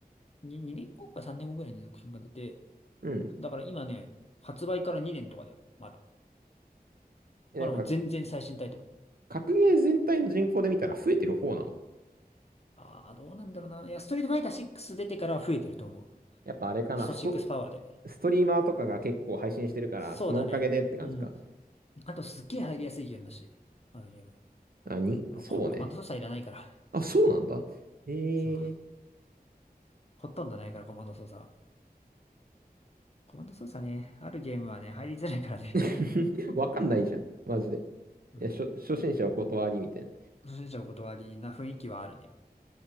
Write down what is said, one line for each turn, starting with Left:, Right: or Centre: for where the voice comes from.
Left: に2、年後か3年後ぐらいに続編が出て、
Right: うん。
Left: だから今ね、発売から2年とかだよ。まだ。
Right: えなんか、
Left: まだもう全然最新タイトル。
Right: 格ゲー全体の人口で見たら増えてる方なの
Left: ああ、どうなんだろうな。いや、ストリートファイター6出てからは増えてると思う。
Right: やっぱあれかな、
Left: スト6パワーで。
Right: スト、ストリーマーとかが結構配信してるから、
Left: そうだね。
Right: そのおかげでって感じか。
Left: うん。あとすっげえ入りやすいゲームだし。あのゲーム。
Right: あ、に、
Left: あの、
Right: そうね。
Left: コ、コマンド操作いらないから。
Right: あ、そうなんだ。へえ。
Left: そう。ほとんどないから、コマンド操作は。コマンド操作ね、あるゲームはね、入りづらいからね。
Right: <laughs> わかんないじゃん。マジで。
Left: うん。
Right: いや、初、初心者お断りみたいな。
Left: 初心者お断りな雰囲気はあるね。